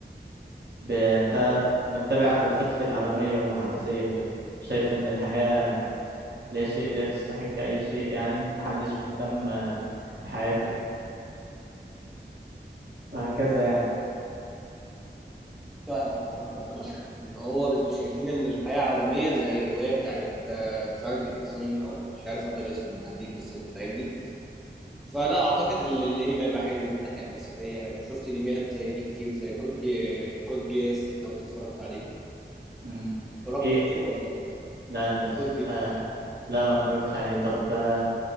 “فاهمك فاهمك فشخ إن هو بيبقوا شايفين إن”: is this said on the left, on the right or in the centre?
Centre